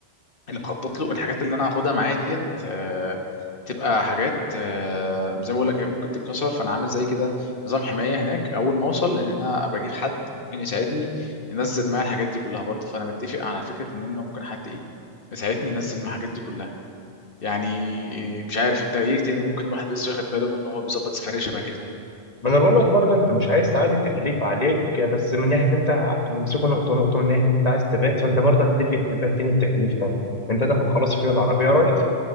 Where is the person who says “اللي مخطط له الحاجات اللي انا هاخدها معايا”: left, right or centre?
Left